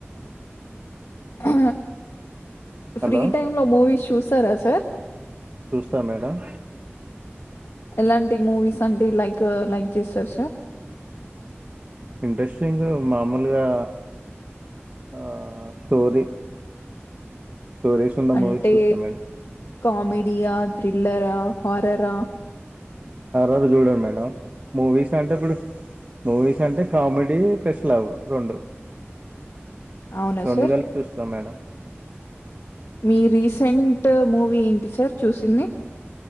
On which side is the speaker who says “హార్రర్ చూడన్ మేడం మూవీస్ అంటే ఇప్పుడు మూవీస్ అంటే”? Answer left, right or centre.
Right